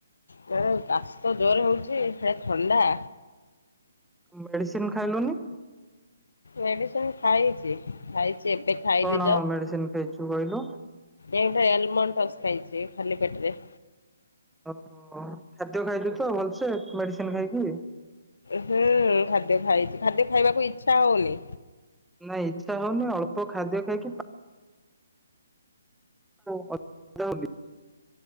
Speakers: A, on the left (about 75°); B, in the centre.
A: କାଶ ତ ଜୋରରେ ହଉଛି ସେ ଥଣ୍ଡା
B: ମେଡିସିନ ଖାଇଲୁନି
A: ମେଡିସିନ ଖାଇଛି ଖାଇଛି ଏବେ ଖାଇଲି
B: କଣ ମେଡିସିନ ଖାଇଛୁ କହିଲୁ
A: ଏଟା ଆଲମଉଣ୍ଟ ହଉସ୍ ଖାଇଛି ଖାଲି ପେଟରେ
B: ଓହୋ ଖାଦ୍ୟ ଖାଇଛୁ ତ ଭଲସେ ମେଡିସିନ ଖାଇକି
A: ହୁଁ ଖାଦ୍ୟ ଖାଇଛି ଖାଦ୍ୟ ଖାଇବାକୁ ଇଛା ହଉନି
B: ନାଇଁ ଇଚ୍ଛା ହଉନି ଅଳ୍ପ ଖାଦ୍ୟ ଖାଇକି <unintelligible> ଓଦା